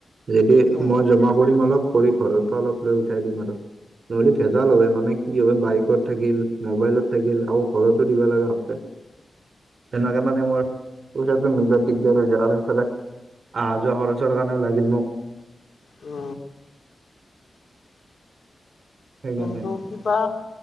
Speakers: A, on the right; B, on the left.
A: যদি
B: উম
A: মই জমা কৰিম অলপ কৰি ঘৰৰ পৰা অলপ লৈ উঠাই দিম আৰু। নহলে ভেজাল হয় মানে কি হয় বাইকত থাকিল মবাইলত থাকিল আৰু ঘৰতো দিবা লগা হে সেনেকে মানে মোৰ পইচাতো মিলোৱা দিগদাৰ হৈ যায় আৰু সিফালে অহা যোৱা খৰচৰ কাৰণেও লাগিল মোক।
B: অ
A: সেইকাৰণে
B: কিন্তু কিবা